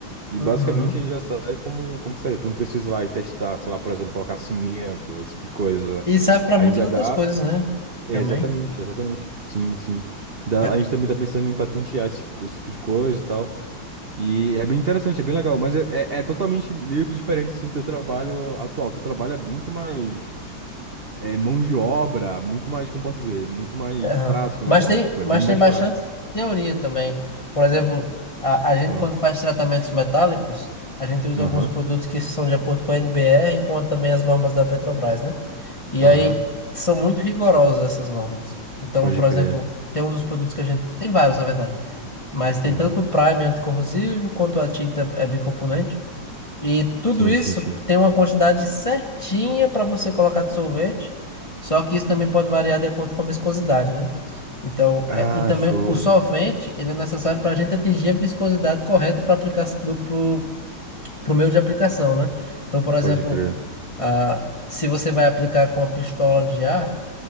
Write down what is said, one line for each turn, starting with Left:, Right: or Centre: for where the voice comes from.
Right: E
Left: Uhum.
Right: basicamente a gente já sai como, como saída. Tu não precisa ir lá e testar, sei lá, por exemplo, colocar cimento, esse tipo de coisa.
Left: E serve para
Right: A
Left: muitas
Right: gente já
Left: outras
Right: dá.
Left: coisas, né?
Right: É,
Left: Também.
Right: exatamente, exatamente. Sim, sim. Dá-
Left: É,
Right: a gente também tá pensando em patentear esse, esse tipo de coisa e tal. E é bem interessante, é bem legal, mas é, é, é totalmente meio que diferente assim, do teu trabalho atual. Teu trabalho é muito mais é, mão de obra, muito mais, como posso dizer, muito mais
Left: aham.
Right: prático,
Left: Mas
Right: né, cara?
Left: tem,
Right: Tipo, é
Left: mas
Right: bem mais
Left: tem bastante
Right: prático.
Left: teoria também. Por exemplo, a, a gente
Right: Bom,
Left: quando faz tratamentos metálicos, a gente usa
Right: Aham,
Left: alguns produtos que são de acordo com a NBR e com também as normas da Petrobras, né? E
Right: aham,
Left: aí são muito rigorosas essas normas. Então,
Right: pode
Left: por
Right: crer.
Left: exemplo, tem um dos produtos que a gente tem vários, na verdade, mas tem
Right: Aham,
Left: tanto o primer anticorrosivo quanto a tinta é bicomponente. E tudo
Right: Sim,
Left: isso
Right: sim, sim.
Left: tem uma quantidade certinha para você colocar de sorvete, só que isso também pode variar de acordo com a viscosidade, né? Então,
Right: Ah,
Left: é- e também
Right: show.
Left: o solvente, ele é necessário para a gente atingir a viscosidade correta para aplicar do, pro, pro meio de aplicação, né? Então, por exemplo,
Right: Pode crer.
Left: ah, se você vai aplicar com a pistola de ar,